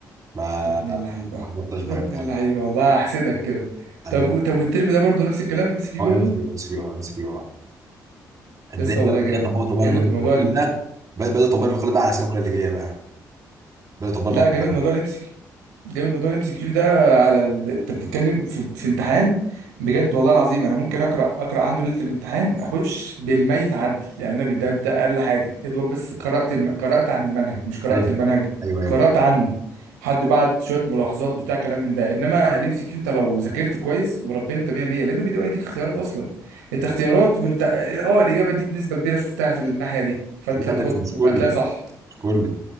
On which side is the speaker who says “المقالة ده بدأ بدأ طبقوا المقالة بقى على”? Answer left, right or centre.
Right